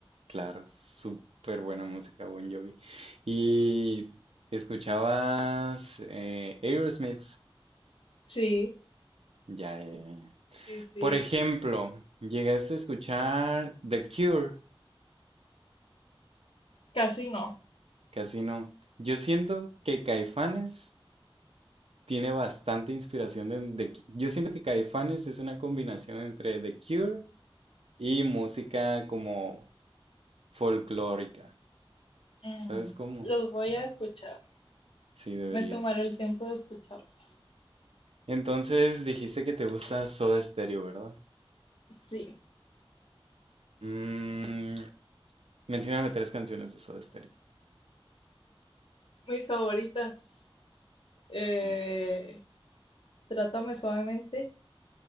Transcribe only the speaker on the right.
claro, súper buena música Bon Jovi. Y escuchabas eh, Aerosmith,
ya, ya, ya. ya.
Por ejemplo, ¿llegaste a escuchar The Cure?
Casi no. Yo siento que Caifanes tiene bastante inspiración de The Cu- Yo siento que Caifanes es una combinación entre The Cure y música como folclórica.
¿Sabes cómo?
Sí, deberías.
Entonces dijiste que te gusta Soda Stereo, ¿verdad?
Mm, mencióname tres canciones de Soda Stereo.
Mm,